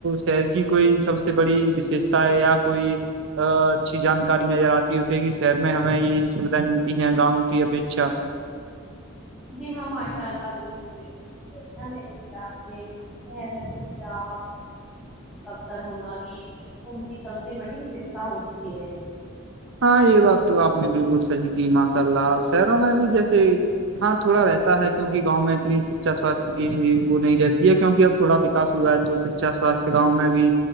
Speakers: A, on the right (about 60°); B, in the centre.
A: شہر کی کوئی سب سے بڑی وشیشتا ہے یا کوئی اچھی جانکاری نظر آتی ہے کی کہ شہر میں ہمیں یہ سویدھائیں ملتی ہیں گاؤں کی اپیکچھا
B: جی ہاں ماشاء اللہ بالکل بالکل انا میرے حسا سے شر میں سا اور افتر ہونا بھی ان کی سب سے بڑی وششتا ہوتی ہے
A: ہاں یہ بات تو آپ نے بالکل صحی کی ماشاء اللہ شہروں میں بھی جیسے ہاں تھوڑا رہتا ہے کیونک گاؤں میں اتنی سچا سواستھ کی وہ نہیں رہتی ہے کیوںک اب تھوڑا ا ہوا تو شچا سواستھ گاؤں میں بھی